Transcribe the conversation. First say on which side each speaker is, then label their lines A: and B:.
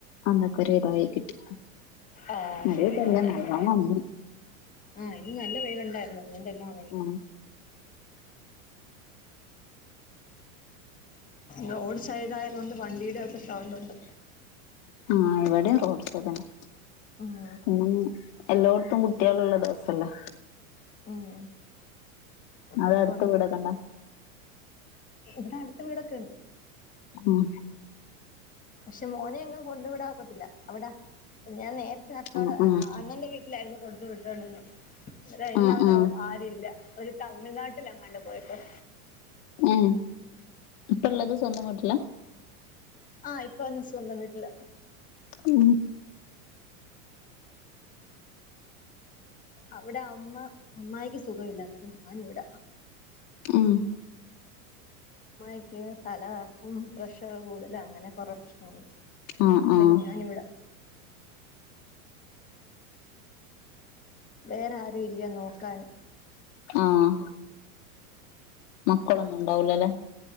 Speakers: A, on the left; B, on the left.
A: അന്നൊക്കൊര് തായി കിട്ടി അല്ലെങ്കി
B: ആഹ് ശരി
A: പ്പോ എല്ലം
B: ഒന്നായിക്കോ
A: നല്ലോണാെണങ്ങും
B: ആഹ് ഇന്ന് നല്ല വെയിലുണ്ടായിര്ന്നു അതുകൊണ്ട് എല്ലാം അങ്ങ്
A: ഉം
B: റോഡ് സൈഡായത്കൊണ്ട് വണ്ടീടെ ഒക്കെ സൗണ്ട് ഉണ്ട്
A: ആഹ് ഇവിടെയും റോഡ്സൈഡെന്നെ
B: ഉം
A: പിന്നെ എല്ലോട്ത്തും കുട്ട്യേള് ള്ളെ ദിവസല്ലേ
B: ഉം അത്കൊണ്ട്
A: അത് അടുത്ത വീടൊക്കെ ഉണ്ടോ
B: ഇ ഇവ്ടെ അട്ത്ത് വീടൊക്കെ ഇണ്ട്
A: ഉം
B: പക്ഷെ മോനെ എങ്ങും കൊണ്ട് വിടാ ഒക്കെത്തില്ല അവ്ടാ ഞാൻ നേര്ത്തെ അക്കാടെ
A: ഉം ഉം
B: ആ അണ്ണന്റെ വീട്ട്ലായ്ര്ന്നു കൊടുത്തു വിട്ടോണ്ടിര്ന്നത് ക്ഷേ ഇന്ന
A: ഉം
B: അവര്
A: ഉം
B: അവ ആരൂ ഇല്ല അവര് തമിഴ്നാട്ടിലെങ്ങാണ്ട് പോയേക്കുവാ
A: ഉം ഇപ്പള്ളത് സ്വന്തം വീട്ട്ലാ
B: ആഹ് ഇപ്പൊ ഞൻ സ്വന്തം വീട്ട്ലാ
A: ഊം
B: അവ്ടെ അമ്മ അമ്മായിക്ക് സുഖവില്ല ന്ന്ട്ട് ഞാന് വ്ടാ
A: ആഹ്
B: അമ്മായ്ക്ക് തല കറക്കും പ്രഷർ കൂട്തല് അങ്ങനെ കൊറേ പ്രശ്നങ്ങൾണ്ട്
A: ആഹ്
B: അപ്പന്
A: ആഹ്
B: ഞാനിവ്ടാ വേറെ ആരൂല്യ നോക്കാന്
A: ആഹ് മക്കളൊന്നുംണ്ടാവൂലലെ